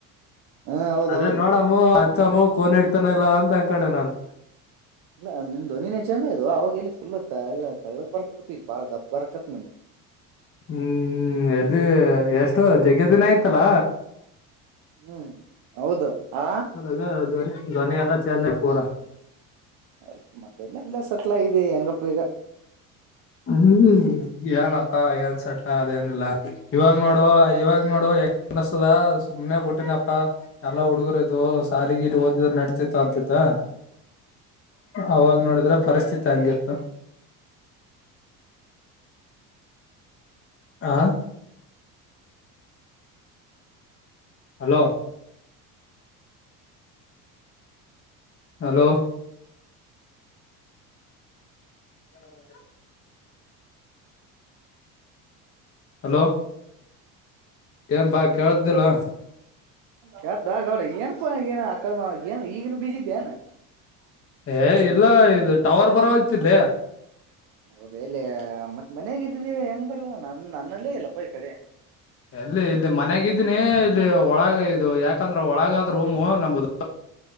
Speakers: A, on the right; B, on the left.
A: ಹಾ ಹೌದೌದು
B: ಅದೇ ನೋಡ ಮು ಅಚ್ಚಮ್ಮ ಕೋನ್ ಇಡ್ತಾನಲ್ಲ ಅಂತ ಅಕಡೆೆ ನಾನ್
A: ಇಲ್ಲ ನಿಮ ಧ್ವನಿನೇ ಚೇಂಜ್ ಆಗೇದ ಓ ಅವಾಗ ಎಲ್ಲಿ ಫುಲ್ ತಳ್ಳ ತಳ್ಳಳಕ್ ಬರ್ತಪ್ಪ ಈಗ ಬಾಳ ದಪ್ಪ ಬರಕತ್ತು ನಿಂದು.
B: ಹ್ಮ್ ಎಲ್ಲಿ ಎಷ್ಟೋ ಜಗ್ಗದಿನ ಆಯ್ತಲ್ಲ.
A: ಹ್ಮ್ ಹೌದು ಆ.
B: ಈಗ ಧ್ವನಿ ಧ್ವನಿ ಎಲ್ಲ ಚೇಂಜ್ ಪೂರಾ.
A: ಅ ಮತ್ತೆಲ್ಲ ಎಲ್ಲ ಸೆಟ್ಲ್ ಆಗಿದೆ ಹೆಂಗಪ್ಪ ಈಗ.
B: ಹ್ಮ್ ಏನಪ್ಪಾ ಏನ್ ಸೆಟ್ಲ ಅದೇನಿಲ್ಲಾ. ಇವಾಗ ನೋಡು ಇವಾಗ ನೋಡು ಹೆಂಗ ಅನಸ್ತದ ಸುಮನೆ ಬಿಟ್ಟಿನಪ್ಪ. ಎಲ್ಲಾ ಹುಡುಗರು ಇದು ಸಾಲಿ ಗಿಲಿ ಓದಿದ್ರ ನಡ್ತಿತ್ತ ಅಂತ ಇತ್ತ್. ಅವಾಗ ನೋಡಿದ್ರೆ ಪರಿಸ್ಥಿತಿ ಹಂಗಿತ್ತ. ಆ. ಹಲೋ. ಹಲೋ. <inaudible> ಹಲೋ ಏನಪಾ ಕೇಳತ್ತ ಇಲ್ಲೋ.
A: ಕೇಳತ್ತ ಗೌಡ ಏನ್ ಪ ಏನು ಆಕಡೆ ಮಾ ಏನು ಈಗನು ಬೀಜಿದ್ದೆ ನ್.
B: ಏ ಇಲ್ಲ ಇದು ಟವರ್ ಬರವಲ್ತ ಇಲ್ಲಿ.
A: ಹೌದು ಎಲ್ಲಿ ಮತ್ ಮನಯಾಗ ಇದ್ದಿದ್ದೀವಿ ಹೆಂಗ್ ಬರಲ್ವ ನನ್ ನನ್ನಲ್ಲೇ ಇಲ್ಲಪ್ಪ ಈ ಕಡೆ.
B: ಎಲ್ಲಿ ಇಲ್ಲಿ ಮನ್ಯಾಗ ಇದ್ದೀನಿ ಇಲ್ಲಿ ಒಳಗ ಇದು ಯಾಕಂದ್ರೆ ಒಳಗಾದ ರೂಮು ನಮ್ಮದು.